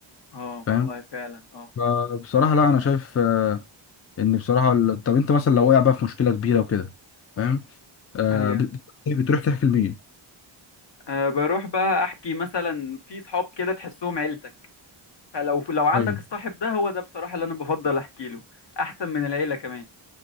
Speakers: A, on the left; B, on the left.
A: اه
B: فاهم
A: والله فعلا اه
B: فبصراحه لا انا شايف آه ان بصراحه ال- طب انت مثلا لو وقع بقى في مشكله كبيره وكده فاهم آه
A: ايوه
B: بت- بت- بتروح تحكي لمين
A: أه بروح بقى احكي مثلا في صحاب كده تحسهم عيلتك فلو لو عندك
B: ايوه
A: الصاحب ده هو ده بصراحه اللي انا بفضل احكي له احسن من العيله كمان